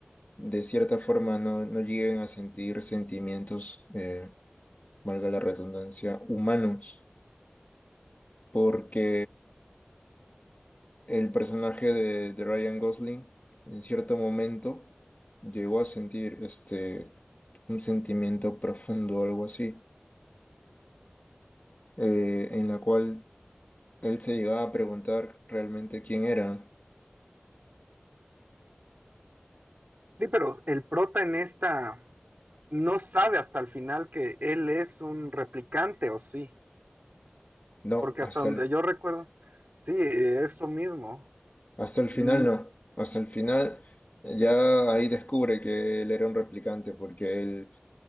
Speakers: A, on the left; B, on the right.
A: de cierta forma no, no lleguen a sentir sentimientos, eh, valga la redundancia, humanos. Porque El personaje de, de Ryan Gosling en cierto momento llegó a sentir este, un sentimiento profundo, algo así, eh, en la cual él se llegaba a preguntar realmente quién era.
B: Sí, pero el prota en esta no sabe hasta el final que él es un replicante, o sí,
A: No,
B: porque
A: hasta
B: hasta donde
A: el,
B: yo recuerdo, sí, eh, eso mismo.
A: hasta el final
B: Mm,
A: no. Hasta el final eh, ya ahí descubre que él era un replicante porque él